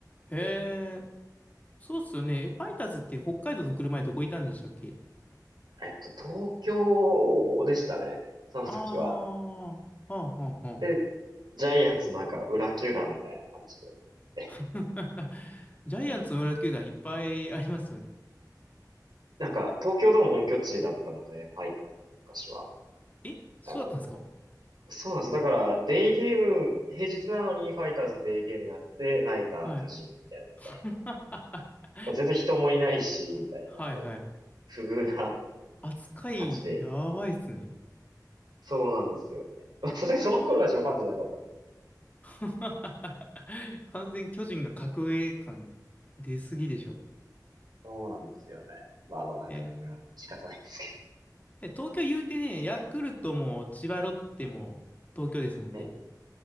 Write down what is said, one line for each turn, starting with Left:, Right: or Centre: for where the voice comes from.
Left: へえ。そうっすよね。え、ファイターズって北海道の来る前どこいたんでしたっけ
Right: えっと、東京でしたね。その時は。
Left: ああ、はあ、はあ、はあ。
Right: で、ジャイアンツのなんか裏球団みたいな感じで。え
Left: <laughs> ジャイアンツの裏球団いっぱいありますよね。
Right: なんか、東京ドーム本拠地だったので、ファイターズの昔は。
Left: え、そうだったんですか
Right: あの、そうなんですよ。だから、デイゲーム、平日なのにファイターズデイゲームやって、ナイター巨人やるみたい
Left: はい。<laughs>
Right: な。全然人もいないし、みたいな、
Left: はい、
Right: こう、
Left: はい。
Right: 不遇な <laughs>
Left: 扱い、
Right: 感じで。
Left: やばいっすね。
Right: そうなんですよね。まあさすがにその頃はジョンファンじゃなかったんです。
Left: <laughs> 完全巨人が格上感出すぎでしょ。
Right: そうなんですよね。まあまあ、なかなか仕方ないんですけ
Left: えー、え東京言うてね、ヤクルトも千葉ロッテも東京ですもんね。
Right: ど。ええ